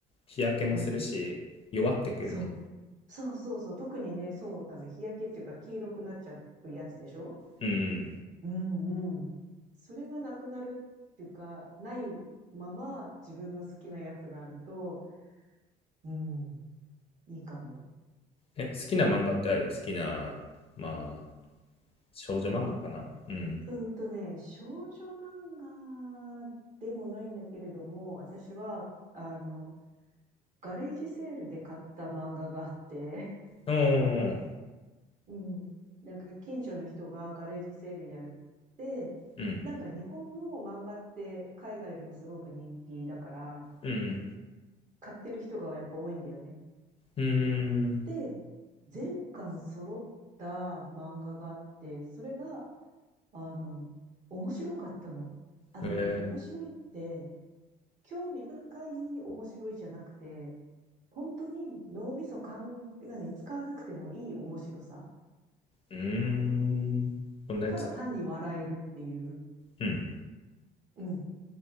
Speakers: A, on the left (about 35°); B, on the right (about 45°).
A: 日焼けもするし、
B: うん。
A: 弱ってくよね。
B: そう。そうそうそう。特にね、そうなの。日焼けっていうか黄色くなっちゃうやつでしょ
A: うん。
B: うんうん。それがなくなるっていうか、ないまま自分の好きなやつがあると、うん、いいかも。
A: え、好きな漫画ってある好きな、まあ、少女漫画かな。
B: 漫画、
A: うん。
B: うんとね、少女漫画でもないんだけれども、私は、あの、ガレージセールで買った漫画があって、
A: おー、
B: <laughs> うん。なんか近所の人がガレージセールやるって、
A: うん、
B: なんか日本の漫画って海外でもすごく人気だから、
A: うん、
B: 買ってる人がやっぱ多いんだよね。
A: うん、うーん、
B: で、全巻揃った漫画があって、それが、あの、面白かったの。あのね、
A: え
B: 面白いって、興味深い面白いじゃなくて、本当に脳みそかん、何、使わなくてもいい面白さ。
A: ー、うーん、こんなやつ。
B: ただ単に笑えるっていう、
A: うん、
B: うん、